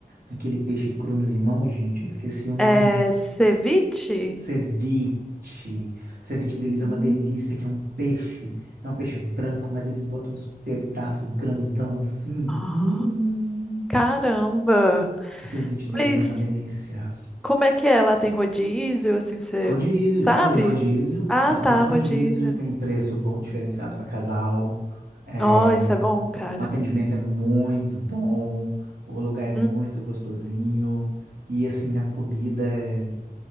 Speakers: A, on the right; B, in the centre.
A: aquele peixe cru no limão, gente? Eu esqueci o nome.
B: É ceviche?
A: Ceviche. O Ceviche deles
B: Hum.
A: é uma delícia, que é um peixe. É um peixe branco, mas eles botam uns pedaços grandão assim.
B: Ah,
A: Hum,
B: caramba.
A: o ceviche
B: Mas
A: deles é uma delícia.
B: como é que é? Lá tem rodízio, assim, você
A: Rodízio,
B: sabe?
A: te falei, rodízio.
B: Ah,
A: Lá,
B: tá,
A: lá é rodízio,
B: rodízio.
A: tem preço bom, diferenciado para casal. É,
B: Ó, isso é
A: o
B: bom, cara.
A: atendimento é muito bom, o lugar é muito
B: Hum,
A: gostosinho. E assim, a comida é